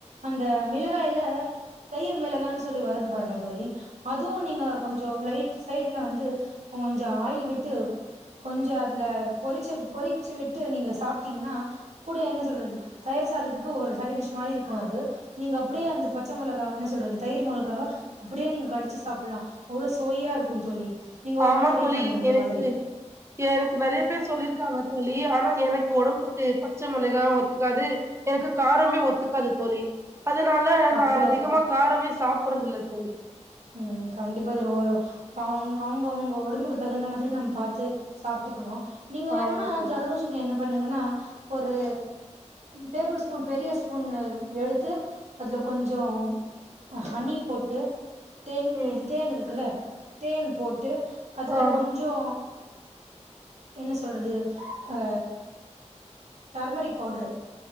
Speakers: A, on the right; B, on the right.
A: அந்த மிளகாயில தயிர் மிளகானு சொல்லி வருது பாருங்க தோழி அதுவும் நீங்க கொஞ்சோ லைட் சைடுல வந்து கொஞ்சோ ஆயில் விட்டு கொஞ்சோ அதுல பொறிச்சு பொறிச்சு விட்டு நீங்க சாப்பிட்டீங்கன்னா கூட என்ன சொல்றது தயிர் சாதத்துக்கு ஒரு சைட் டிஷ் மாரி இருக்கூ அது நீங்க அப்படியே அந்த பச்ச மொளகாவ என்ன சொல்றது தயிர் மொழகாவ அப்டியே நீங்க கடிச்சு சாப்பிடலா அவ்வளோ சுவையா இருக்கூ தோழி சுவையா இருக்கூ த தோழி நீங்க
B: ஆமா
A: ஒரு நாள் ட்ரை
B: தோழி
A: பண்ணுங்க அந்த
B: எனக்கு
A: மாதிரி
B: எனக்கு நெறைய பேர் சொல்லிருக்காங்க தோழி ஆனா எனக்கு ஒடம்புக்கு பச்ச மொளகா ஒத்துக்காது எனக்கு காரமே ஒத்துக்காது தோழி அதனால
A: அப்டியா
B: நான் அதிகமா காரமே சாப்டுறது இல்ல தோழி
A: உஹம் கண்டிப்பா அதல ஒரு அவுங்க அவுங்க அவுங்க ஒடம்புக்கு தகுந்த மாதிரி நம்ம பாார்த்து சாப்ட்டுக்கணும் நீங்க வேணும்னா
B: ஆமா தோழி
A: ஜலதோஷக என்ன பண்ண <inaudible> ங்கன்ன ஒரு டேபிள் ஸ்பூன் பெரிய ஸ்பூன் எடுத்து அதுல கொஞ்சோ ஹனி போட்டு தேன்
B: ம்
A: இது தேன் இருக்குல்ல தேன் போட் ட்டு அதுல
B: ஆ
A: கொஞ்சோ என்ன சொல்றது அ டர்மெரிக் பவுடர்